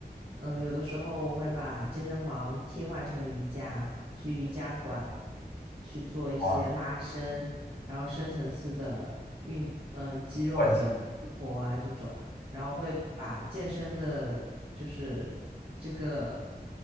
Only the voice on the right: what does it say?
嗯，有的时候我会把健身房替换成瑜伽，去瑜伽馆去做一些拉伸，
然后深层次的运，嗯、肌肉的激活啊这种，
然后会把健身的，就是这个，